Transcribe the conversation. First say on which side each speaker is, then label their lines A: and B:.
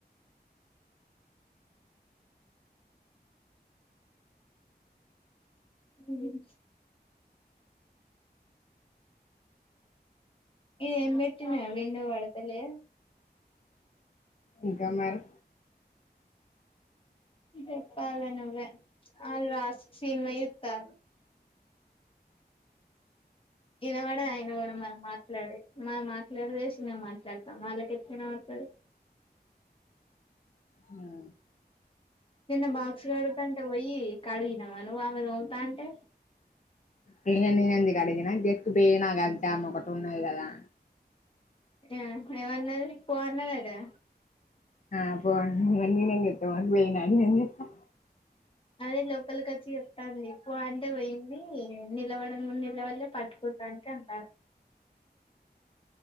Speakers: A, on the left; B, on the left.
A: ఏం ఇది ఏం పెట్టినావు విండో పడతలే
B: ఇంకా మేడం.
A: చెప్పాల నువ్వే వాళ్ళా సినిమా చూస్తాన్నారు. వినపడనే వినపడదు మనం మాట్లాడేది మన మాట ఇంత సిన్నగా మాట్లాడతాం వాళ్ళకి ఎట్లా వినపడుతుంది.
B: మ్
A: నిన్న బాక్స్ కడుగుతాంటే పోయి కడిగినావు నువ్వు ఆమె దూముతాంటే
B: గిన్నెలన్నీ కడిగినా గట్టు పెయినా గద్దామె ఒకటి ఉన్నది కదా?
A: ఆ ఏవన్నది పోన్నదట కదా
B: ఆ పో అన్నాక ఇవన్నీ ఏం చెప్పుతాం ఆటికి పోయినాకా
A: అదే లోపలికి వచ్చి చెప్తాంది పో అంటే పోయింది నిలబడను కూడా నిలబడ లేదు. పట్టుకోడానికి అంటారు